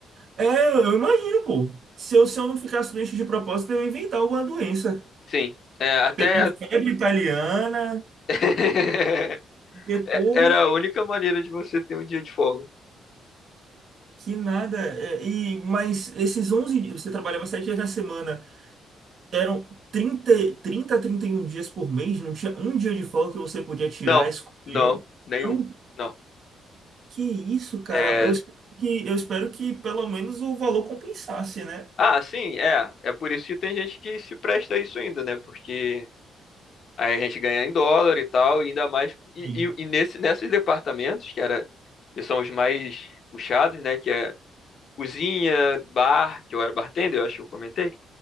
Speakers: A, on the right; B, on the left.
A: É, eu imagino, pô. Se eu, se eu não ficasse doente de propósito, eu ia inventar alguma doença.
B: Sim. É, até,
A: Peguei febre italiana,
B: <laughs>
A: porque, pô,
B: Era a única maneira de você ter um dia de folga.
A: que nada. É, E, mas esses onze, dias, você trabalhava 7 dias na semana, eram trinta, 30 a 31 dias por mês, não tinha um dia de folga que você podia tirar,
B: Não,
A: escolher.
B: não, nenhum.
A: Não,
B: Não.
A: que isso, cara.
B: É...
A: Eu, espero que, eu espero que pelo menos o valor compensasse, né?
B: Ah, sim, é. É por isso que tem gente que se presta a isso ainda, né? Porque aí a gente ganha em dólar e tal, e ainda mais. E,
A: Sim.
B: e, e nesse, nesses departamentos, que era, que são os mais puxados, né? Que é cozinha, bar, que eu era bartender, eu acho que eu comentei.